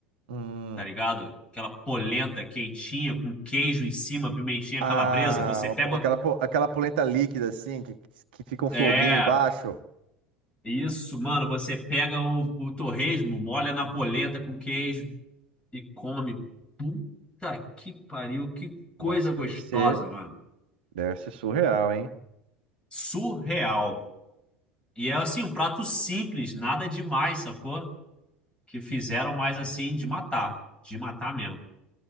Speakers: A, on the right (about 60°); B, on the left (about 15°).
A: Hum.
B: tá ligado? Aquela polenta quentinha com queijo em cima, pimentinha
A: Ah,
B: calabresa. Você
A: uma
B: pega.
A: po- aquela, po- aquela polenta líquida, assim, que, que fica um foguinho
B: É,
A: embaixo.
B: isso, mano. Você pega o, o torresmo, molha na polenta com queijo e come. Puta que pariu, que coisa
A: Nossa,
B: gostosa,
A: deve ser,
B: mano.
A: deve ser surreal, hein?
B: Surreal. E é assim, um prato simples, nada demais, sacou? Que fizeram mais assim de matar, de matar mesmo.